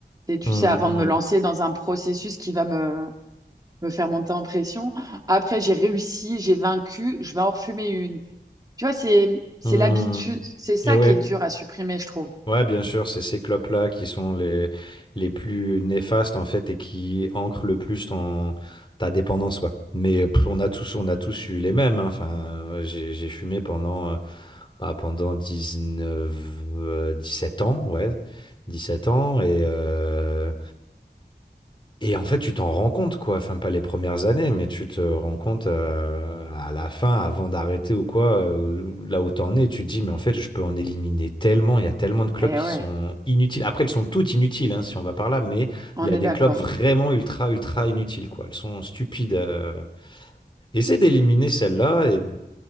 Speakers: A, on the right (about 20°); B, on the left (about 25°).
A: Et tu
B: hmm,
A: sais, avant
B: hmm,
A: de me lancer dans un processus qui va me, me faire monter en pression. Après, j'ai réussi, j'ai vaincu, je vais en refumer une. Tu vois, c'est, c'est
B: hmm.
A: l'habitude.
B: Hmm.
A: C'est ça
B: <laughs> Et ouais.
A: qui est dur à supprimer, je trouve.
B: Ouais, bien sûr, c'est ces clopes-là qui sont les, les plus néfastes en fait et qui ancrent le plus ton, ta dépendance quoi. Mais pff, on a tous on a tous eu les mêmes. hein. Enfin, ouais, j'ai j'ai fumé pendant euh, bah, pendant 19 euh, 17 ans, ouais. dix sept ans et, euh, et en fait, tu t'en rends compte, quoi. Enfin, pas les premières années, mais tu te rends compte euh, à la fin, avant d'arrêter ou quoi, euh, là où t'en es, tu te dis, mais en fait, je peux en éliminer tellement. Il y a tellement de clubs
A: Eh
B: qui
A: ouais,
B: sont inutiles. Après, elles sont toutes inutiles, hein, si on va par là, mais
A: on
B: il y a
A: est
B: des
A: d'accord.
B: clubs vraiment ultra, ultra inutiles, quoi. Elles sont stupides. euh. Essaie d'éliminer celles-là et,